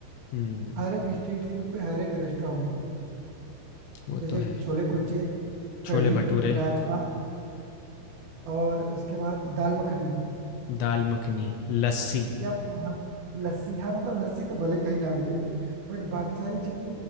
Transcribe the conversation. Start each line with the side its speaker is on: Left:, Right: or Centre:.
Left: हम्म,
Right: हर एक स्ट्रीट फूड पे हर एक रेस्टोरेंट में
Left: वो
Right: जैसे
Left: तो है
Right: छोले कुलचे कढ़ी
Left: छोले भटूरे
Right: राजमा और उसके बाद दाल मखनी
Left: दाल मखनी लस्सी
Right: या हम लस्सी हाँ मतलब लस्सी तो भले कहीं ना मिले बट बाकी सारी चीजें